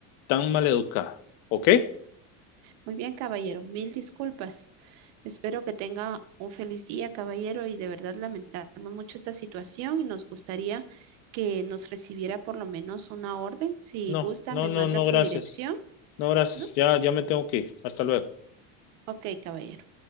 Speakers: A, on the left (about 45°); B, on the right (about 45°).
A: tan maleducada. ¿Ok?
B: Muy bien, caballero, mil disculpas. Espero que tenga un feliz día, caballero, y de verdad lamentamos mucho esta situación y nos gustaría que nos recibiera por lo menos una orden. Si
A: No,
B: gusta,
A: no,
B: me
A: no,
B: manda
A: no,
B: su
A: gracias.
B: dirección,
A: No, gracias.
B: ¿no?
A: Ya, ya me tengo que ir. Hasta luego.
B: Ok, caballero.